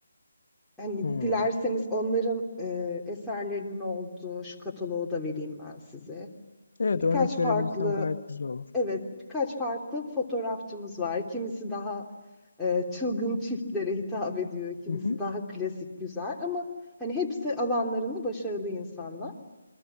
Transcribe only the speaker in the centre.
Hani
dilerseniz onların e, eserlerinin olduğu şu kataloğu da vereyim ben size.
Birkaç
farklı,
evet birkaç farklı fotoğrafçımız var. Kimisi daha e, çılgın çiftlere hitap ediyor, kimisi
daha klasik güzel ama hani hepsi alanlarında başarılı insanlar.